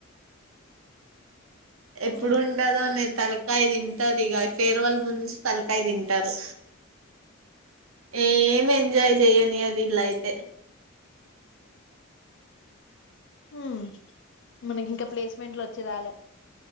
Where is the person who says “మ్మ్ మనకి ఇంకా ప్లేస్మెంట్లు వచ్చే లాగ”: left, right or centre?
Left